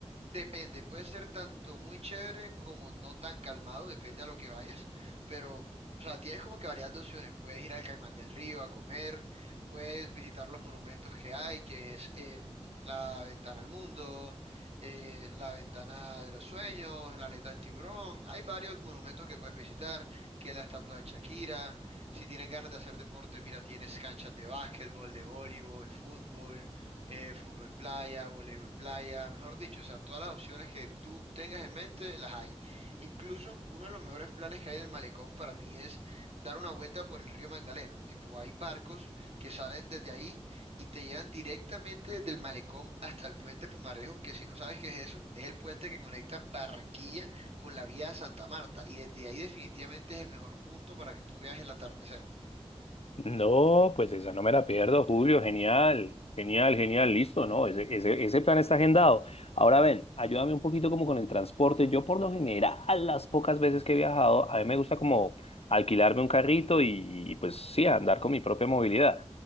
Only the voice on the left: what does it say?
No, pues esa no me la pierdo, Julio, genial, genial, genial, listo, ¿no? Ese, ese, ese plan está agendado. Ahora ven, ayúdame un poquito como con el transporte. Yo por lo general, las pocas veces que he viajado, a mí me gusta como alquilarme un carrito y, y, pues sí, andar con mi propia movilidad.